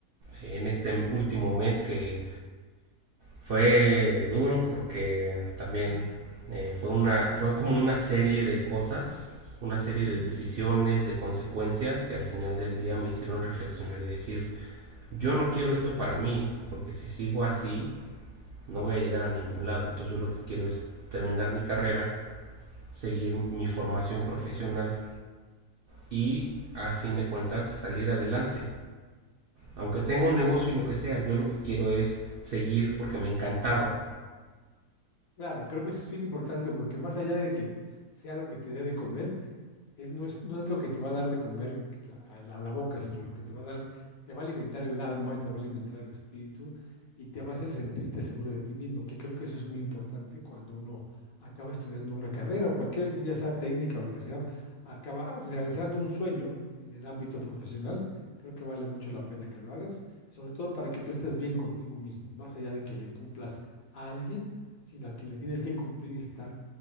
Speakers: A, on the right (about 65°); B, on the left (about 65°).
A: en este último mes que fue duro porque también
B: ujú,
A: eh, fue una, fue como una serie de cosas, una serie
B: ujú.
A: de decisiones, de consecuencias que al final del día me hicieron reflexionar y decir, yo no quiero esto para mí, porque si sigo así no voy a llegar a ningún lado. Entonces yo lo que quiero es terminar mi carrera seguir mi formación profesional y a fin de cuentas salir adelante. Aunque tenga un negocio y lo que sea, yo lo que quiero es seguir porque me encantaba.
B: Claro, creo que eso es bien importante porque más allá de que sea lo que te dé de comer, es, no, es, no es lo que te va a dar de comer la- a, la- a la boca, sino lo que te va a dar, te va a alimentar el alma, te va a alimentar el espíritu y te va a hacer sentirte seguro de ti mismo, que creo que eso es muy importante cuando uno acaba estudiando una carrera o cualquier, ya sea técnica o lo que sea, acaba realizando un sueño en el ámbito profesional. Creo que vale mucho la pena que lo hagas, sobre todo para que tú estés bien contigo mismo, más allá de que le cumplas a alguien, sino a quien le tienes que cumplir y estar